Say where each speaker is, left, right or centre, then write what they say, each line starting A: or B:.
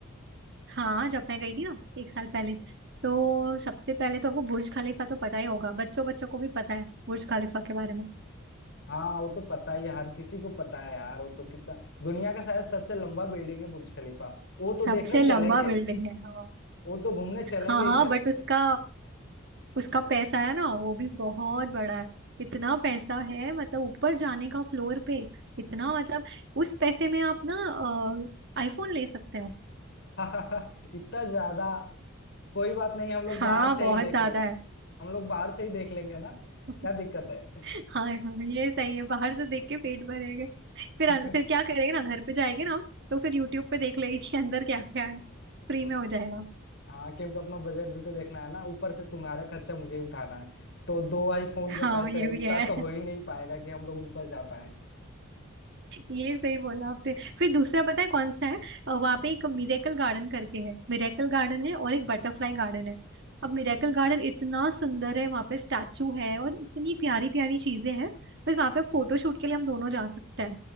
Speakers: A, on the right; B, on the left.
A: हाँ जब मैं गई थी ना एक साल पहले तो सबसे पहले तो आपको बुर्ज खलीफा तो पता ही होगा बच्चों बच्चों को भी पता है बुर्ज खलीफा के बारे में
B: हाँ वो तो पता ही है हर किसी को पता है यार वो तो कितना दुनिया का शायद सबसे लंबा बिल्डिंग है बुर्ज खलीफा वो तो
A: सबसे
B: देखने चलेंगे
A: लंबा
B: ही
A: बिल्डिंग है हाँ
B: वो तो घूमने चलेंगे
A: हाँ
B: ही
A: हाँ
B: चलेंगे
A: बट उसका उसका पैसा है ना वो भी बहुत बड़ा है इतना पैसा है मतलब ऊपर जाने का फ्लोर पे इतना मतलब उस पैसे में आप ना आईफोन ले सकते हो
B: <laughs> इतना ज्यादा कोई बात नहीं हम लोग
A: हाँ
B: बाहर से
A: बहुत
B: ही देख
A: ज्यादा
B: लेंगे
A: है।
B: हम लोग बाहर से ही देख लेंगे ना
A: <laughs>
B: क्या दिक्कत है
A: हाँ हाँ ये सही है बाहर से देख के पेट भरेगा फिर
B: <laughs>
A: अं, फिर क्या करेंगे ना घर पे जाएंगे ना हम, तो फिर यूट्यूब पे देख लेंगे कि अंदर क्या क्या है फ्री
B: हम्म,
A: में हो जाएगा
B: हाँ क्योंकि अपना बजट भी तो देखना है ना ऊपर से तुम्हारा खर्चा मुझे ही उठाना है तो दो आईफोन
A: हाँ
B: के पैसे
A: ये
B: है
A: भी
B: उतना
A: है
B: तो
A: <laughs>
B: हो ही नहीं पाएगा कि हम लोग ऊपर जा पाए
A: ये सही बोला आपने फिर दूसरा पता है कौन सा है वहां पे एक मिरेकल गार्डन करके है मिरेकल गार्डन है और एक बटरफ्लाई गार्डन है अब मिरेकल गार्डन इतना सुंदर है वहां पे स्टैचू है और इतनी प्यारी प्यारी चीजें हैं बस वहां पे फोटो शूट के लिए हम दोनों जा सकते हैं